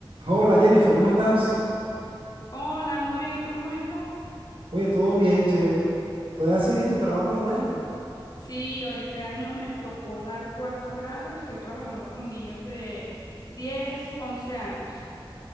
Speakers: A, on the right; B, on the left.
A: Hola Jennifer, ¿cómo estás?
B: Hola, muy bien. ¿Y tú cómo has estado?
A: Oye, todo bien, chévere. ¿Todavía sigues en tu trabajo de maestra?
B: Sí, hoy este año me tocó dar cuarto grado. Estoy trabajando con niños de 10, 11 años.